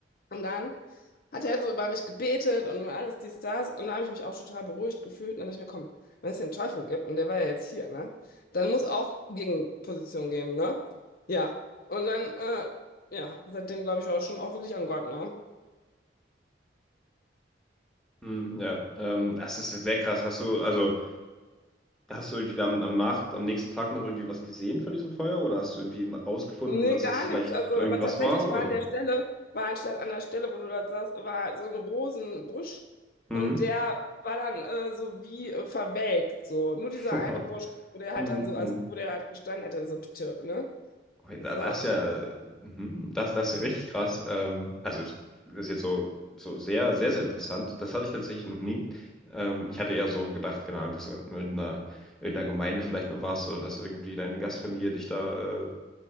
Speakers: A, on the left; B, in the centre.
A: Und dann hat er so über mich gebetet und alles dies, das. Und da habe ich mich auch total beruhigt gefühlt. Und dann dachte ich mir, komm, wenn es den Teufel gibt, und der war ja jetzt hier, ne? Dann muss auch Gegenposition geben, ne? Ja. Und dann, äh, ja, seitdem glaube ich auch schon auch wirklich an Gott, ne?
B: Mhm. Ja, ähm, das ist ja sehr krass. Hast du, also, hast du irgendwie da am, am Nacht, am nächsten Tag noch irgendwie was gesehen von diesem Feuer oder hast du irgendwie rausgefunden,
A: Nee,
B: dass
A: gar
B: das vielleicht
A: nichts. Also,
B: irgendwas
A: aber tatsächlich
B: war, oder?
A: war an der Stelle, war anstatt an der Stelle, wo du das sagst, war so ein Rosenbusch.
B: Mhm.
A: Und der war dann äh, so wie äh, verwelkt, so. Nur
B: <laughs>
A: dieser eine Busch, wo der halt
B: Mhm.
A: dann so, also
B: mhm.
A: wo der halt gestanden hätte, so, tö, ne?
B: Okay, da-
A: So,
B: Das
A: ähm,
B: ist ja, mhm, das, das ist ja richtig krass. Ähm, also, das ist jetzt so, so sehr, sehr, sehr interessant. Das hatte ich tatsächlich noch nie. Ähm, ich hatte eher so gedacht, keine Ahnung, dass du in irgendeiner, irgendeiner Gemeinde vielleicht mal warst oder dass irgendwie deine Gastfamilie dich da äh,